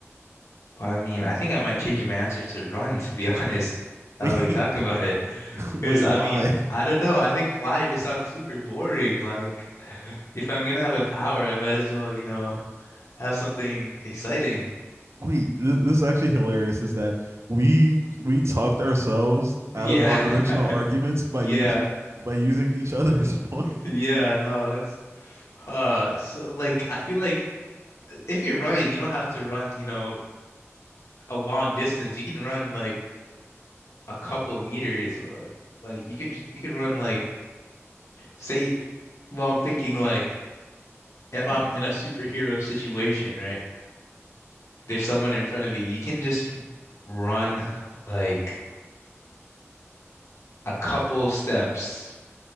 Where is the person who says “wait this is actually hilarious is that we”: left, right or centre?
Right